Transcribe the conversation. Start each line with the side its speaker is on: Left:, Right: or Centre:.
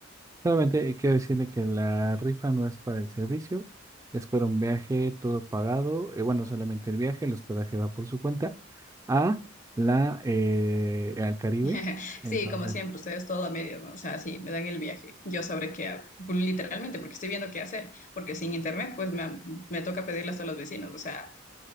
Right: solamente quiero decirle que la rifa no es para el servicio, es para un viaje todo pagado. eh, bueno, solamente el viaje, el hospedaje va por su cuenta a la eh, al Caribe.
Left: <laughs>
Right: Entonces,
Left: Sí, como siempre, ustedes todo a medias, ¿no? O sea, sí, me dan el viaje. Yo sabré qué, ha- pues, literalmente, porque estoy viendo qué hacer, porque sin internet, pues me, me toca pedirlas a los vecinos. O sea,